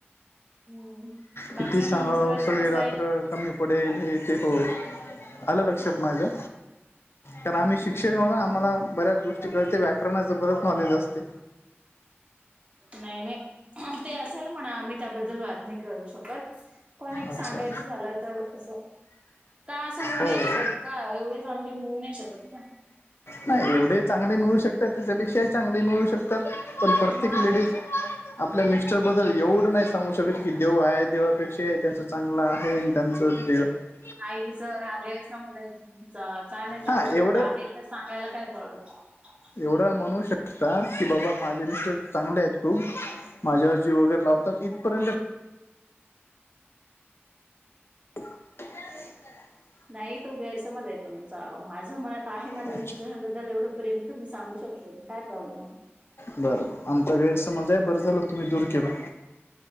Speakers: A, on the right; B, on the left.
A: हम्म बाकी
B: किती सांगाव,
A: तुमचं घरचं
B: सगळे
A: कसं
B: रात्र
A: आहे
B: कमी. पडेल हे ते होतं, आलं लक्षात माझ्या. कारण आम्ही शिक्षकहून आम्हाला बऱ्याच गोष्टी कळते व्याकरणाच बरेच नॉलेज असते.
A: नाही नाही ते असेल म्हणा, आम्ही त्यांबद्दल वाद नाही करू शकत. पण एक
B: अच्छा
A: सांगायचं झालं तर असं. का असं होऊ
B: हो
A: नाही शकत का? एवढे चांगले मिळू नाही शकत का?
B: नाही एवढे चांगले मिळू शकतात, त्याच्यापेक्षाही चांगले मिळू शकतात. पण प्रत्येक
A: मग
B: लेडीज आपल्या मिस्टर बद्दल एवढं नाही सांगू शकेल की देव आहे देवापेक्षा त्याच चांगला आहे आणि त्यांच दे <unintelligible>
A: आईच राग असं समजायच आहे तुमच का नाही सांगू
B: हा एवढं
A: शकत आहे तर सांगायला काय प्रॉब्लेम <unintelligible>
B: एवढे म्हणू शकतात की, बाबा माझे मिस्टर. चांगले आहेत, खूप माझ्यावर जीव वगैरे लावतात इथपर्यंत. <unintelligible>
A: नाही तो गैरसमज आहे, तुमचा माझ्या मनात. आहे
B: अच्छा
A: माझ्या मिस्टरान बद्दल एवढं प्रेम, तर मी सांगू शकतो ना काय प्रॉब्लेम आहे.
B: बर बर आमचा गैरसम मजा ही बरं झालं तुम्ही दूर केला,